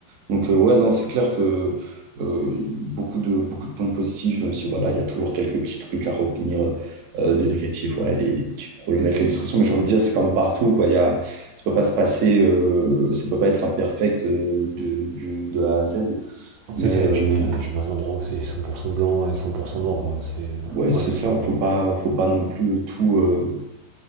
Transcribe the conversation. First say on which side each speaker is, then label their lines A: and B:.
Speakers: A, on the right (about 65°); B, on the right (about 85°).
A: Donc, euh, ouais, non, c'est clair que euh, beaucoup de, beaucoup de points positifs, même si voilà, il y a toujours quelques petits trucs à retenir euh, de négatifs, ouais, les, les petits problèmes avec l'administration, mais j'ai envie de dire, c'est comme partout, quoi. Il y a, ça peut pas se passer, euh, ça peut pas être imperfect euh, de, du- de A à Z,
B: C'est
A: mais
B: ça, il
A: euh,
B: n'y a jamais, y jamais un endroit où c'est 100% blanc et 100% noir. euh, C'est.
A: ouais, c'est
B: Ouais, ouais,
A: ça,
B: clairement.
A: faut pas, faut pas non plus tout. euh,